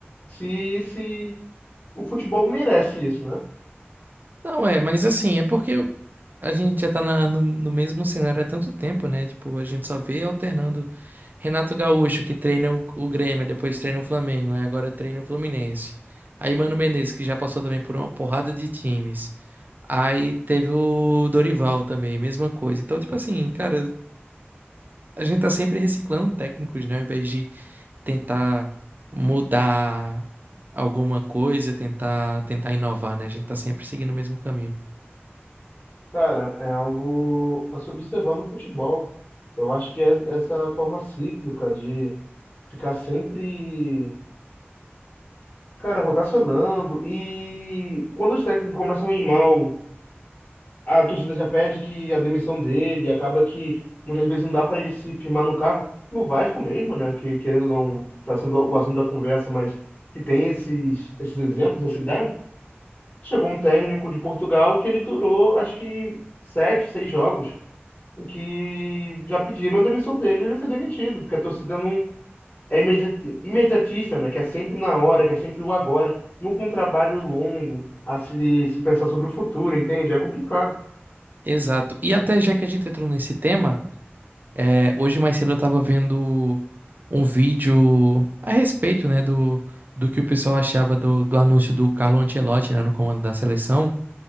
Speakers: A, on the left (about 40°); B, on the right (about 45°).
A: se, se o futebol merece isso, né?
B: Não, é, mas assim, é porque eu- a gente já tá na- no, no mesmo cenário há tanto tempo, né? Tipo, a gente só vê alternando Renato Gaúcho, que treina o, o Grêmio, depois treina o Flamengo, aí agora treina o Fluminense. Aí Mano Menezes, que já passou também por uma porrada de times. Aí teve o Dorival também, mesma coisa. Então, tipo assim, cara, a gente tá sempre reciclando técnicos, né? Ao invés de tentar mudar alguma coisa, tentar, tentar inovar, né? A gente tá sempre seguindo o mesmo caminho.
A: Cara, é algo a se observar no futebol. Eu acho que é essa forma cíclica de ficar sempre, cara, rotacionando. E quando os técnicos começam a ir mal a torcida já pede que a demissão dele, acaba que muitas vezes não dá para ele se firmar no cargo, no Vasco mesmo, né? Que querendo ou não, tá sendo o assunto da conversa, mas que tem esses, esses exemplos a se dar. Chegou um técnico de Portugal que ele durou, acho que sete, seis jogos, em que já pediram a demissão dele e ele foi demitido, porque a torcida não é imedi- imediatista, né? Que é sempre na hora, que é sempre o agora, nunca um trabalho longo a se, se pensar sobre o futuro, entende? É complicado.
B: Exato. E até já que a gente entrou nesse tema, é, hoje mais cedo eu tava vendo um vídeo a respeito, né, do, do que o pessoal achava do, do anúncio do Carlo Ancelotti, né, no comando da seleção.